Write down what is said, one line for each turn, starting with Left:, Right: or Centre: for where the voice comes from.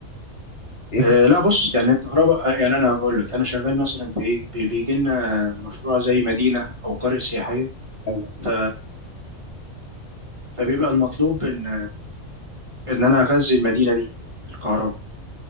Left: ايه
Right: آه
Left: تخ-
Right: لا بص يعني الكهرباء آه، يعني انا هقول لك انا شغال مثلا في ايه بي- بيجي لنا مشروع زي مدينه او قريه سياحيه
Left: أيوة.
Right: ف- فبيبقى المطلوب ان ان انا اغذي المدينه دي بالكهرباء